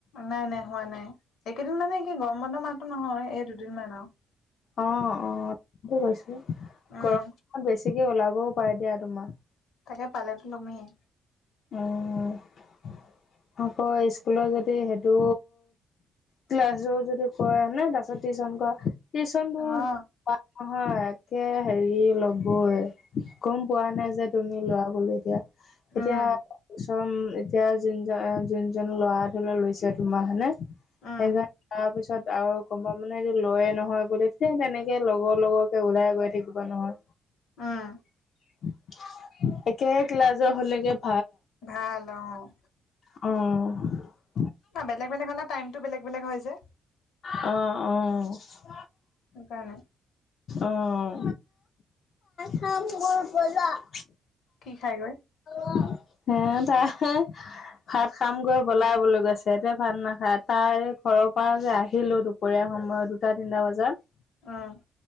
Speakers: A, on the left; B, on the left.
A: নাই-নাই হোৱা নাই এইকেইদিন মানে কি গৰম বন্ধ মাহটো নহয় এই দুদিনমান আৰু‌ <unintelligible>
B: অ-অ কৈছো
A: উম
B: গৰম বেছিকে ওলাব <unintelligible> কবও পাৰে দিয়া তোমাক <unintelligible>
A: তাকে পালেতো তুমি <unintelligible>
B: <unintelligible> আকৌ স্কুলত যদি সেইটো ক্লাছো যদি কৰেনে তাৰপিছত টিউচন কৰা টিউশচনটোত
A: অ
B: <unintelligible> নহয় একে হেৰি লবই গম পোৱা নাই যে তুমি লোৱা বোলো এতিয়া <unintelligible> এতিয়া
A: উম
B: <unintelligible> এতিয়া যোনজন-যোনজন ল'ৰা ধলৈ <unintelligible> লৈছে তোমাৰখনে
A: উম
B: সেইজন তাৰ পিছত আৰু গমা <unintelligible> মানে এইটো লয়ে নহয় বুলি তেনেকে লগৰ লগৰকে গ'লে তাই গৈ থাকিব নহয়
A: উম
B: <inaudible> একে ক্লাজৰ হলেগে <inaudible>
A: ভাল অঁ! <inaudible>
B: আহ <unintelligible>
A: <unintelligible> বেলেগ-বেলেগ হলে টাইমটো বেলেগ-বেলেগ হয় যে।
B: অঁ-অঁ <unintelligible>
A: সেইকাৰণে
B: অঁ পাম বলা <unintelligible>
A: কি খাই গৈ? <inaudible>
B: উ <unintelligible> হে তাই ভাত খামগৈ বলাই বলা বুলি কৈছে এতিয়া ভাত নাখায় তাই ঘৰত <unintelligible> পৰা যে আহিলো দুপৰীয়া সময়ত দুটা তিনিটা বজাত <inaudible>
A: উম <unintelligible>